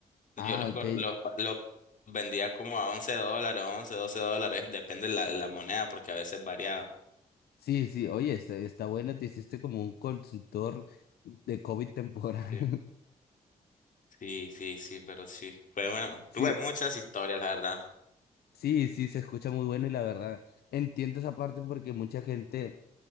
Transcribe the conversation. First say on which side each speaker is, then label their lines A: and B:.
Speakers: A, on the left (about 55°); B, on the left (about 75°).
A: Yo
B: Ah,
A: los,
B: ok.
A: cor- los, pa- los vendía como a 11 dólares, 11 12 dólares, depende la, la moneda, porque a veces variaba.
B: Sí, sí, oye, está, está bueno, te hiciste como un consultor de COVID temporal.
A: Sí,
B: <laughs>
A: sí, sí, sí, pero sí. Pues bueno,
B: Sí,
A: tuve muchas historias, la verdad.
B: sí, sí, se escucha muy bueno y la verdad, entiendo esa parte porque mucha gente